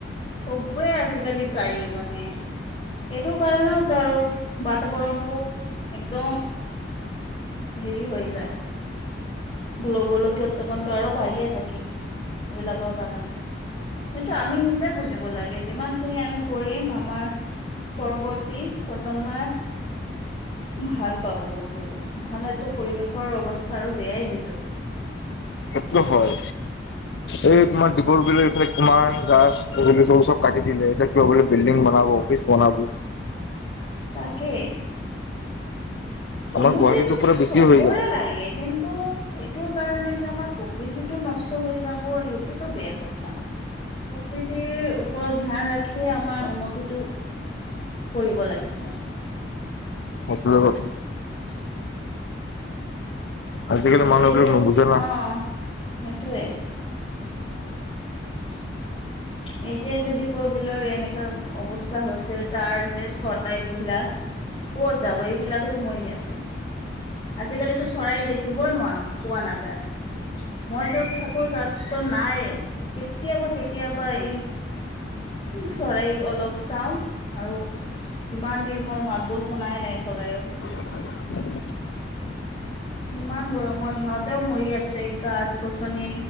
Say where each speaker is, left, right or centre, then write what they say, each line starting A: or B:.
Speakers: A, on the left; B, on the left.
A: চবে আজিকালি গাড়ী মানে সেইটো কাৰণেওতো আৰু বাতাবৰণটো একদম হেৰি হৈ যায় গো গোলকীয় উত্থাপনটো আৰু বাঢ়িয়ে থাকে, সেইবিলাকৰ কাৰণে। সেইটো আমি নিজে বুজিব লাগে, যিমান খিনি আমি কৰিম আমাৰ পৰৱৰ্তী প্ৰজন্মই ভাল পাব বস্তুতো, নহলেটো পৰিৱেশৰ অৱস্থা আৰু বেয়াই হৈ যাব।
B: সেইটোত হয়, এই তোমাৰ দ্বীপৰ বিলৰ এইফালে তোমাৰ। গাছ চব কাটি দিলে, এতিয়া বিল্ডিং বনাব, অফিচ বনাব।
A: তাকে। উন্নতিটো
B: আমাৰ গুৱাহাটীতো পুৰা
A: চবৰে
B: বিক্ৰী হৈ গ'ল
A: লাগে, কিন টো এইটোৰ কাৰণে যে আমাৰ প্ৰকৃতিটো নষ্ট হৈ যাব, সেইটোত বেয়া কথা। প্ৰকৃতিৰ ওপৰত ধ্যান ৰাখিয়ে, আমাৰ উন্নতিটো কৰিব লাগিব।
B: <unintelligible>
A: <unintelligible>
B: আজিকালি
A: এতিয়া
B: মানুহবিলাক
A: যে,
B: নুবুজে না
A: অ' সেটোৱে। <unintelligible> এতিয়া যে দ্বীপৰ বিলৰ এনেকা অৱস্থা হৈছে, তাৰ যে চৰাই বিলাক ক'ত যাব? এইবিলাকোতো মৰি আছে। আজিকালিটো চৰাই দেখিবই নোৱাৰোঁ, পোৱা নাযায়। মই য'ত থাকোঁ, তাত ত নাইয়ে, কেতিয়াবা, কেতিয়াবা এই চৰাই অলপ চাওঁ আৰু। কিমান দিন হ'ল, মাত বোল শুনাই নাই চৰাই অৰ।
B: <unintelligible>
A: ইমান গৰমত সিহঁতেও মৰি আছে, গাছ-গছনি।